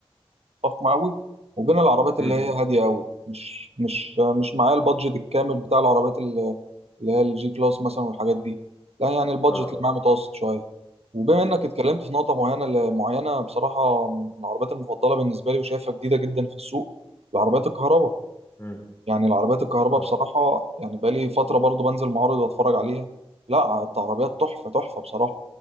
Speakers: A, on the right; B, on the left.
A: الفخمة أوي وبين العربيات
B: امم
A: اللي هي هادية أوي مش مش آه، مش معايا البادجت الكامل بتاع العربيات ال- اللي هي الجي كلاس مثلا والحاجات دي لا يعني البادجت
B: اه
A: اللي معايا متوسط شوية وبما إنك اتكلمت في نقطة معينة معينة بصراحة من العربيات المفضلة بالنسبة لي وشايفها جديدة جدا في السوق العربيات الكهرباء
B: امم
A: يعني العربيات الكهرباء
B: اه
A: بصراحة يعني بقالي فترة برضو بنزل معارض واتفرج عليها لا العربيات تحفة تحفة بصراحة